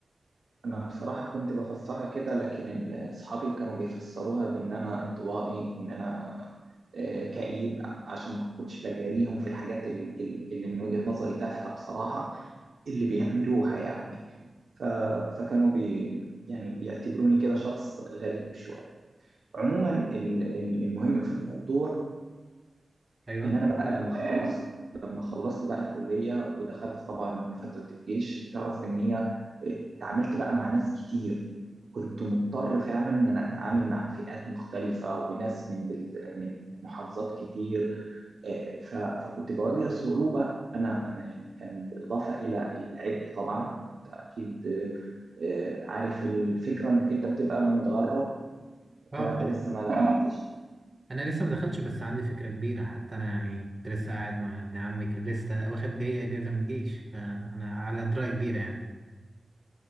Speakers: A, on the right; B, on the right.
A: أنا بصراحة كنت بفسرها كده لكن ال- أصحابي كانوا بيفسروها بإن أنا انطوائي إن أنا آه، كئيب عشان ما كنتش بجاريهم في الحاجات ال- ال- اللي من وجهة نظري تافهة بصراحة اللي بيعملوها يعني ف... فكانوا بي يعني يعتبروني كده شخص غريب شوية عموما ال- ال- المهم في الموضوع
B: أيوه
A: ان انا بقى لما خلصت لما خلصت بقى الكليه ودخلت طبعا فتره الجيش تعرف ان هي إيه، اتعاملت بقى مع ناس كتير كنت مضطر فعلا ان انا اتعامل مع فئات مختلفه وناس من بل... من محافظات كتير إيه، ف... فكنت بواجه صعوبه انا انا يعني كان بالاضافه الى العبء طبعا انت اكيد إيه، عارف الفكره انك انت بتبقى متغرب
B: اه
A: طبعا
B: طبعا
A: انت لسه ما دخلتش
B: انا لسه ما دخلتش بس عندي فكره كبيره حتى انا يعني كنت لسه قاعد مع ابن عمي كان لسه واخد جاي اجازه من الجيش فانا على درايه كبيره يعني